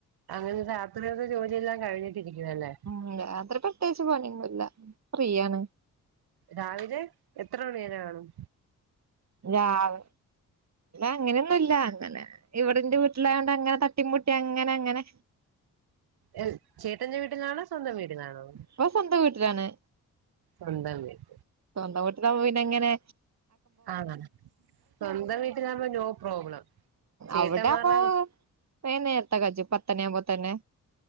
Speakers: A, on the right; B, on the right.
A: അങ്ങനെ രാത്രിയത്രേ ജോലിയെല്ലാം കഴിഞ്ഞിട്ടിരിക്കുവാഅലേ?
B: ഉം അത്ര പ്രത്യേകിച്ച് പണിഒന്നുല്ല ഫ്രീയാണ്.
A: രാവിലെ എത്രമണിവെരെകാണും.
B: രാവ് അങ്ങനെയൊന്നുല്ല അങ്ങനെ ഇവടെന്റെ വീട്ടിലായതോണ്ട് അങ്ങനെ തട്ടിമുട്ടിഅങ്ങനെ, അങ്ങനെ
A: എഹ് ചേട്ടെന്റെ വീട്ടിലാണോസ്വന്തം വീട്ടിലാണോ?
B: ഇപ്പോ സ്വന്തംവീട്ടിലാണ്.
A: സ്വന്തം വീട്
B: സ്വന്തംവീട്ടിന്നാമ്പോ പിന്നെങ്ങനെ
A: ആ സ്വന്തം വീട്ടിലാമ്പോ നോ പ്രോബ്ലം ചേട്ടന്മാരുടെ
B: അവ്ടാമ്പോ വേം നേർത്തെ കജ്ജും പത്തണി ആവുമ്പോ തന്നെ